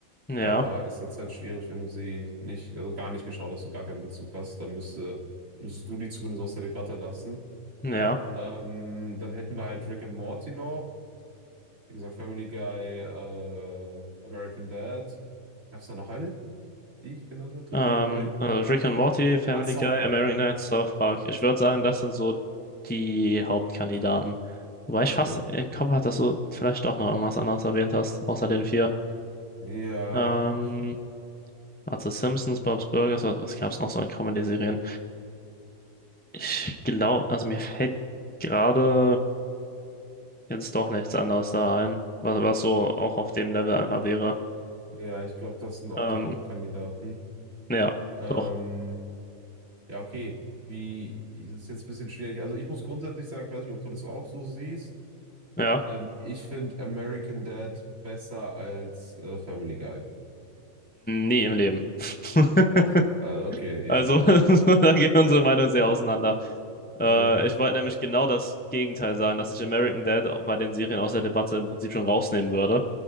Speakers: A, on the left; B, on the right.
A: Ja,
B: Aber ist jetzt halt schwierig, wenn du sie nicht, also gar nicht geschaut hast, du gar keinen Bezug hast, dann müsste, müsstest du die zumindest aus der Debatte lassen.
A: ja.
B: Ähm, dann hätten wir halt Rick and Morty noch. Wie gesagt, Family Guy, äh, American Dad. Gab es da noch eine, die ich genannt hatte,
A: Ähm,
B: die wir beide geguckt
A: also
B: haben?
A: Rick and Morty, Family
B: Ah, South
A: Guy,
B: Park.
A: American Nights, South Park. Ich würde sagen, das sind so die Hauptkandidaten. Wobei ich
B: Okay.
A: fast im Kopf hatte, dass du vielleicht doch noch irgendwas anderes erwähnt hast, außer den vier.
B: Ja,
A: Ähm,
B: ich,
A: also Simpsons, Bob's Burgers, was, was gab es noch so in Comedy-Serien? Ich glaube, also mir fällt gerade jetzt doch nichts anderes da ein, was, was so auch auf dem Level einfach wäre.
B: ja, ich glaube, das sind auch
A: Ähm,
B: die Hauptkandidaten.
A: ja,
B: Ähm,
A: doch.
B: ja, okay. Wie, das ist jetzt ein bisschen schwierig. Also ich muss grundsätzlich sagen, ich weiß nicht, ob du das auch so siehst.
A: Ja,
B: Ähm, ich finde American Dad besser als äh, Family Guy.
A: nie im Leben. <laughs>
B: Doch. Äh, okay. äh,
A: Also, <laughs> da gehen unsere Meinungen sehr auseinander. Äh,
B: Okay.
A: ich wollte nämlich genau das Gegenteil sagen, dass ich American Dad bei den Serien aus der Debatte im Prinzip schon rausnehmen würde,